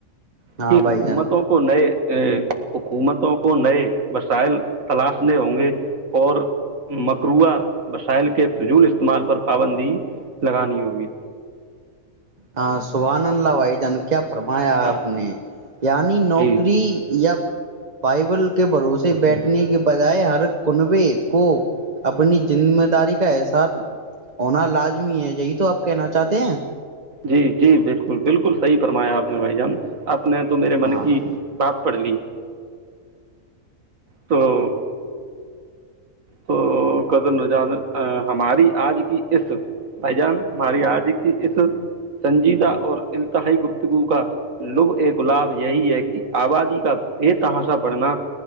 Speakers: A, on the right; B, on the right.
A: ہاں
B: کہ
A: بھائی
B: حکومتوں
A: جان
B: کو نئے حکومتوں کو نئے وسائل تلاشنے ہوں گے <inaudible> اور مکروعہ وسائل کے فول استعمال پر پابندی لگانی ہوگی
A: ہاں شبھان اللہ بھائی جان کیا فرمایا آپ نے یعنی نوکری
B: جی
A: یا بائبل کے بھروسے بیٹھنے کے بجائے ہر کنبے کو اپنی ذمہ داری کا احساس ہونا لازمی ہے یہی تو آپ کہنا چاہتے ہیں
B: جی جی بالکل بالکل صحی فرمایا آپ نے بھائی جان آپ نے تو میرے
A: ہاں
B: من کی بات پڑھ لی تو تو قر ہماری آج کی اس بھائی جان ہماری آج کی اس سنجیدہ اور التہائی گفتگو کا لب ا گلاب یہی ہے کہ آبادی کا بے تحاشا بڑھنا